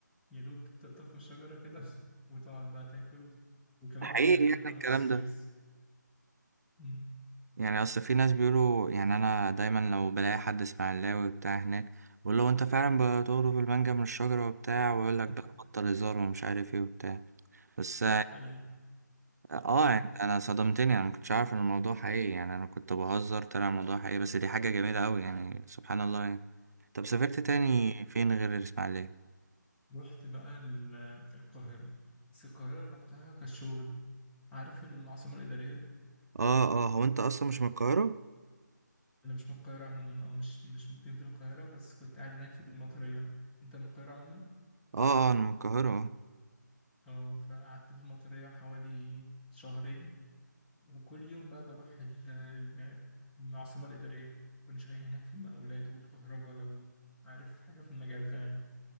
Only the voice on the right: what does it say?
حقيقي
يعني
الكلام
ده
يعني أصل في ناس بيقولوا يعني أنا دايما لو بلاقي حد إسماعيلاوي بتاع هناك بقول له أنت فعلا بتقرب المانجا من الشجرة وبتاع ويقول لك
بقى بطل هزار ومش عارف إيه وبتاع بس
اه
يعني انا صدمتني انا ما كنتش عارف ان الموضوع حقيقي يعني انا كنت بهزر طلع الموضوع حقيقي بس دي حاجة جميلة قوي يعني سبحان الله يعني طب سافرت تاني فين غير الاسماعيلية
اه اه هو انت اصلا مش من القاهرة
اه اه انا من القاهرة اه